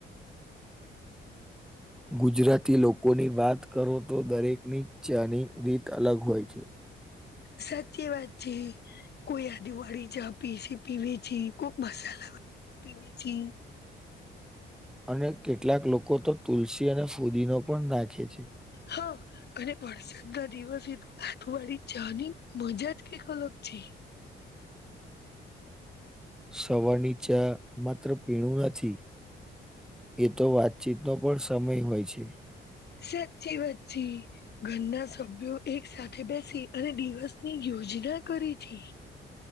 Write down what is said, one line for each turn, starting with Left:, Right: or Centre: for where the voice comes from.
Centre: ગુજરાતી લોકોની વાત કરો તો દરેકની ચની રીત અલગ હોય છે
Left: સાચી વાત છે કોઈ આ દિવાળી ચા પી પીવે છે કોઈક મસાલા પીવે છે
Centre: અને કેટલાક લોકો તો તુલસી અને ફુદી ન પણ નાખે છે
Left: હા અને વરસાદ ના દિવસે તો આતુવાળી ચા ની મજા જ કઈક અલગ છે
Centre: સવાર ની ચા માત્ર પીણું નથી એ તો વાતચીતનોો પણ સમય હોય છે
Left: સાચી વચચી ઘરના સભ્યો એક સાથે બેસી અને દિવસ ની યોજના કરી હતી